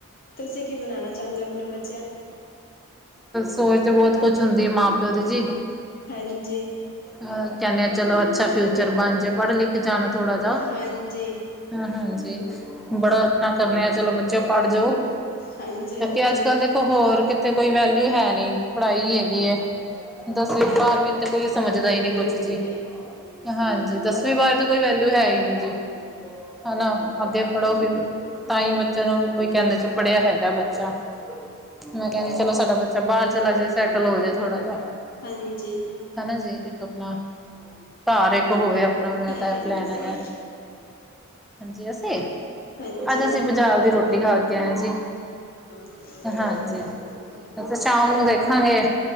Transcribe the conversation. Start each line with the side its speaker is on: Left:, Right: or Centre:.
Left: ਤੁਸੀਂ ਕੀ ਬਨਾਨਾ? ਚਾਂਹਦੇ ਓ ਆਪਣੇ ਬੱਚਿਆਂ ਨੂੰ।
Centre: ਸੋਚ ਤੇ ਬਹੁਤ ਕੁੱਛ ਹੁੰਦੀ ਐ। ਮਾਂ ਪਿਓ ਦੀ ਜੀ।
Left: ਹਾਂਜੀ।
Centre: ਅ ਕਹਿੰਨੇ ਆ ਚਲੋ ਅੱਛਾ ਫਿਊਚਰ ਬਣ ਜੇ ਪੜ੍ਹ ਲਿਖ ਜਾਣ ਥੋੜ੍ਹਾ ਜਿਆ।
Left: ਹਾਂਜੀ
Centre: ਹਾਂ ਹਾਂਜੀ ਬੜਾ ਆਪਣਾ ਕਰਨੇ ਆ ਚਲੋ ਬੱਚੇ ਪੜ੍ਹ, ਜੋ,
Left: ਹਾਂਜੀ
Centre: ਕਿਉਂਕਿ
Left: ਹਾਂਜੀ
Centre: ਅੱਜ ਕੱਲ੍ਹ ਦੇਖੋ। ਹੋਰ ਕਿ ਕੋਈ ਵੈਲਊ ਹੈ ਨਹੀ, ਪੜ੍ਹਾਈ ਹੈਗੀ ਹੈ। ਦਸਵੀਂ ਬਾਰਵੀਂ। ਤੇ ਕੋਈ ਸਮਝਦਾ
Left: ਬਹੁਤ
Centre: ਹੀ
Left: ਵੈਲਿਊ
Centre: ਨਹੀਂ ਕੁੱਛ
Left: ਹੈਗੀ
Centre: ਵੀ।
Left: ਹੈ
Centre: ਹਾਂਜੀ ਦਸਵੀਂ ਬਾਰਵੀਂ ਤੇ ਕੋਈ ਵੈਲਿਯੂ ਹੈ ਹੀ ਨਹੀਂ ਜੀ। ਹੈਣਾ! ਅੱਗੇ ਪੜੋਗੇ ਤਾਂ ਈ ਬੱਚੇ ਨੂੰ ਕੋਈ ਕਹਿੰਦਾ ਅਛਾ ਪੜ੍ਹਿਆ ਹੈਗਾ ਬੱਚਾ। ਮੈਂ ਕਹਿੰਦੀ ਚਲੋ ਸਾਡਾ ਬੱਚਾ ਬਾਹਰ ਚਲਾ ਜਾੇ ਸੈਟਲ ਹੋ ਜਾੇ ਥੋੜਾ ਜਾਹਾ।
Left: ਹਾਂਜੀ।
Centre: ਹੈਣਾ ਜੀ ਇੱਕ ਆਪਣਾ। ਘਰ ਇੱਕ ਹੋਵੇ ਆਪਣਾ ਮੇਰਾ
Left: ਆਇਆ
Centre: ਤਾਂ ਐਹ
Left: ਅੱਜ
Centre: ਪਲੈਨ
Left: ਤੁਸੀਂ
Centre: ਹੈਗਾ। ਹਾਂਜੀ ਅਸੀਂ
Left: ਹਾਂਜੀ
Centre: ਅੱਜ ਅਸੀਂ ਬਾਜ਼ਾਰ ਦੀ ਰੋਟੀ ਖਾ ਕੇ ਆਏ ਆਂ ਜੀ।
Left: <inaudible>
Centre: ਹਾਂਜੀ ਸ਼ਾਮ ਨੂੰ ਦੇਖਾਂਗੇ